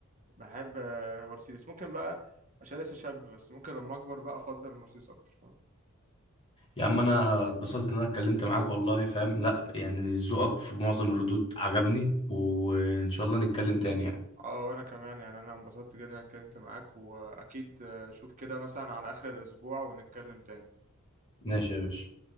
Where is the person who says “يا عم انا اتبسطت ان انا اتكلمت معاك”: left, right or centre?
Left